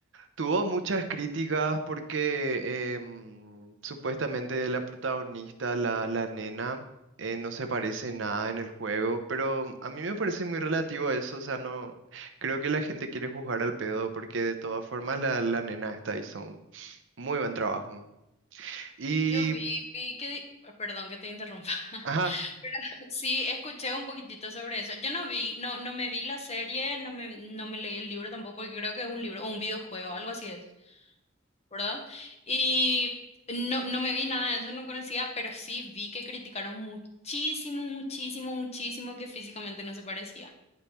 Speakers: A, on the right (about 65°); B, on the left (about 35°).
A: Tuvo muchas críticas porque em, supuestamente la protagonista, la, la nena, eh, no se parece nada en el juego, pero a mí me parece muy relativo a eso, o sea, no creo que la gente quiere juzgar al pedo porque de todas formas la, la nena está hizo un muy buen trabajo. Y,
B: Yo vi, vi que, di- perdón que te interrumpa, <laughs>
A: ajá,
B: pero sí escuché un poquitito sobre eso. Yo no vi, no, no me vi la serie, no me, no me leí el libro tampoco, porque creo que es un libro o un videojuego, algo así es, ¿verdad? Y no, no me vi nada de eso, no conocía, pero sí vi que criticaron muchísimo, muchísimo, muchísimo que físicamente no se parecía.